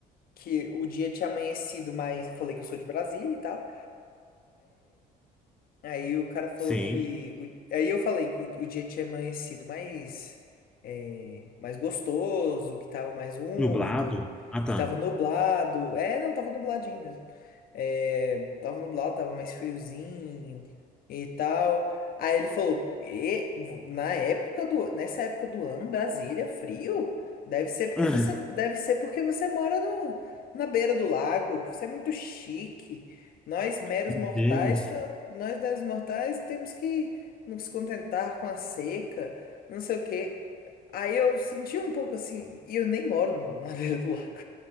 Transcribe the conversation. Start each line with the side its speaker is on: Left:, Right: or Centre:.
Left: que o dia tinha amanhecido, mas falei que eu sou de Brasília e tal Aí o cara falou
Centre: sim.
Left: que. o- Aí eu falei que o dia tinha amanhecido mais. é, mais gostoso, que tava mais úmido,
Centre: Nublado? Ah, tá.
Left: que tava nublado. É, não, tava nubladinho mesmo. É, tava nublado, tava mais friozinho e tal. Aí ele falou, "E- na época do, nessa época do ano, Brasília, frio, deve ser porque
Centre: <laughs>
Left: você, deve ser porque você mora no, na beira do lago. Você é muito chique. Nós meros
Centre: Meu
Left: mortais,
Centre: Deus.
Left: tá- nós meros mortais temos que nos contentar com a seca, não sei o quê. Aí eu senti um pouco assim, e eu nem moro no- <laughs> na beira do lago.